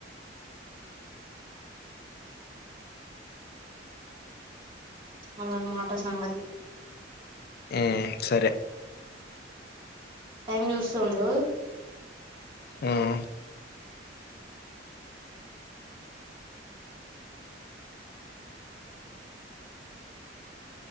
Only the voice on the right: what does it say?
అదన్న మాట సంగతి
టైమ్ చూస్తూ ఉండు